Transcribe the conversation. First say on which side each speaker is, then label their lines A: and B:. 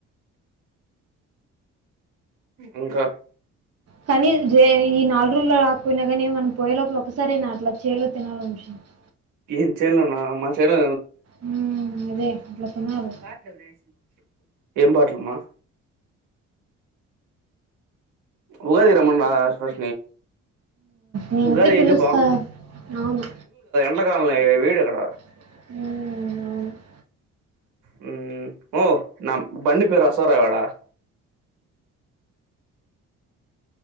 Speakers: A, on the right (about 85°); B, on the right (about 55°).
A: ఇంకా
B: కానీ ఈ నాలుగు రోజుల్లో రాకపోయినా కానీ మనం పోయే లోపల ఒకసారేనా అట్లా చేలో తినాలి అనిపించింది
A: ఏంది చేన్లోన మా చేన్లో
B: ఉహు అదే అట్లా తినాలి
A: బాటూలు వదిలేసింది ఏం పాటలుమా ఉగాది రమ్మన్న <inaudible>
B: నేనైతే
A: ఉగాది
B: పిలుస్తా
A: అయితే
B: అవును
A: ఎట్ల కాల వేడి అక్కడ
B: హు
A: హు ఓ నా బండి పేరు రాస్తావా రాయవాడ <inaudible>